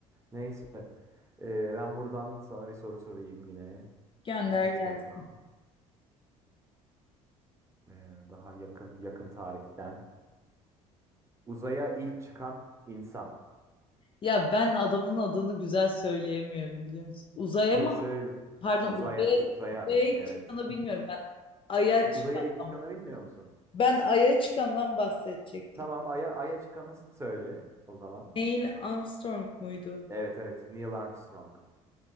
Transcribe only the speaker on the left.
gönder
gelsin.
Ya ben adamın adını güzel söyleyemiyorum biliyor musun? Uzaya
mı?
Pardon
uzaya,
uzaya ilk
çıkanı bilmiyorum. Ben Ay'a
çıkandan.
Ben Ay'a çıkandan bahsedecektim.
Neil Armstrong muydu?